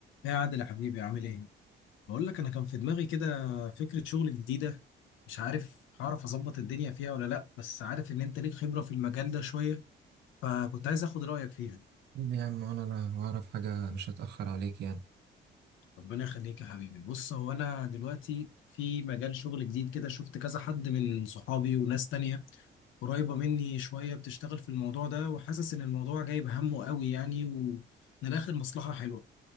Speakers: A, on the left (about 80°); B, on the right (about 55°).
A: يا عادل يا حبيبي عامل ايه؟ بقول لك انا كان في دماغي كده فكرة شغل جديدة مش عارف هعرف اظبط الدنيا فيها ولا لا بس عارف ان انت ليك خبرة في المجال ده شوية فكنت عايز اخد رأيك فيها
B: قول يا عم انا لا اعرف حاجة مش هتأخر عليك يعني
A: ربنا يخليك يا حبيبي بص هو انا دلوقتي في مجال شغل جديد كده شفت كذا حد من صحابي وناس تانية قريبة مني شوية بتشتغل في الموضوع ده وحاسس إن الموضوع جايب همه قوي يعني ومن الآخر مصلحة حلوة